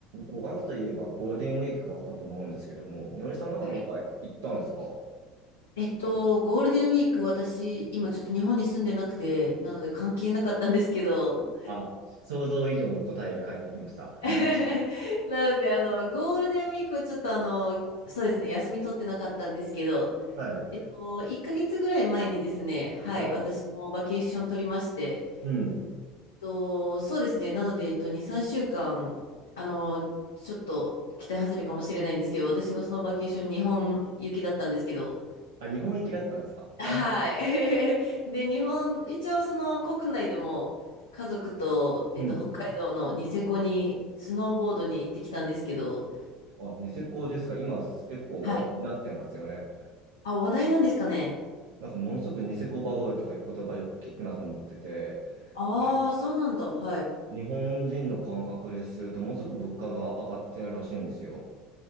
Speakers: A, on the right; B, on the left.
A: 5月といえばゴールデンウィークがあったと思うんですけども、みのりさんなんかどっか行ったんですか
B: はいえっと、ゴールデンウィーク、私、今ちょっと日本に住んでなくて、なので関係なかったんですけど、
A: あ、想像以上の答えが返ってきました。
B: <laughs>
A: <laughs>
B: なので、あの、ゴールデンウィークはちょっとあの、そうですね、休み取ってなかったんですけど、
A: はい。
B: えっと、1ヶ月ぐらい前にですね、はい、
A: はい。
B: 私もバケーション取りまして、え
A: うん。
B: っと、そうですね、なので、えっと、2、3週間、あの、ちょっと期待外れかもしれないんですけど、私のそのバケーション、日本行きだったんですけど、
A: あ、日本行きだったんですかあ、
B: はい。<laughs> で、日本、一応その国内でも家族と、えっと、
A: うん。
B: 北海道のニセコにスノーボードに行ってきたんですけど、
A: あ、ニセコですか。今結構話題になってますよね。
B: はい。あ、話題なんですかね。
A: なんかものすごくニセコバブルとかいう言葉よく聞くなと思ってて、
B: ああ、
A: はい
B: そうなんだ。はい。
A: 日本人の感覚ですると、ものすごく物価が上がってるらしいんですよ。